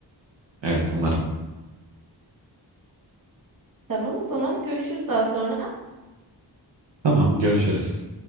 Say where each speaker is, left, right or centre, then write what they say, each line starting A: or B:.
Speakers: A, on the right; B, on the right.
A: Evet umarım.
B: Tamam o zaman görüşürüz daha sonra.
A: Tamam görüşürüz.